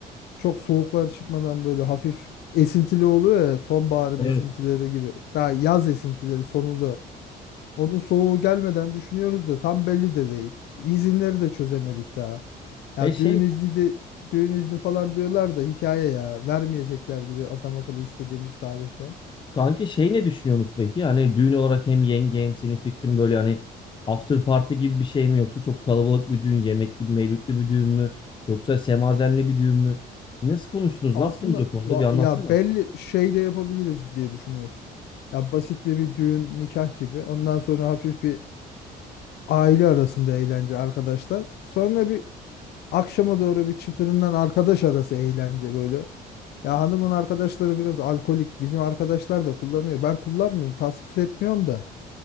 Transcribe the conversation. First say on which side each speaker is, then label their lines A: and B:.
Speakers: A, on the left; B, on the left.
A: çok soğuklar çıkmadan böyle hafif esintili oluyor ya sonbaharın
B: Evet.
A: esintileri gibi. Daha yaz esintileri sonunda. Onun soğuğu gelmeden düşünüyoruz da tam belli de değil. İzinleri de çözemedik daha. Ya
B: E şey
A: düğün izni de düğün izni falan diyorlar da hikaye ya. Vermeyecekler gibi adam akıllı istediğimiz tarihte.
B: kanki şey ne düşünüyorsunuz peki? Hani düğün olarak hem yenge hem senin fikrin böyle hani after party gibi bir şey mi yoksa çok kalabalık bir düğün, yemekli, mevlütlü bir düğün mü? Yoksa semazenli bir düğün mü? Nasıl konuştunuz?
A: Aslında
B: Ne yaptınız o konuda?
A: va-
B: Bir anlatsana.
A: ya belli şey de yapabiliriz diye düşünüyoruz. Ya basit bir, bir düğün nikah gibi. Ondan sonra hafif bir aile arasında eğlence arkadaşlar. Sonra bir Akşama doğru bir çıtırından arkadaş arası eğlence böyle. Ya hanımın arkadaşları biraz alkolik. Bizim arkadaşlar da kullanıyor. Ben kullanmıyorum, tasvip etmiyorum da.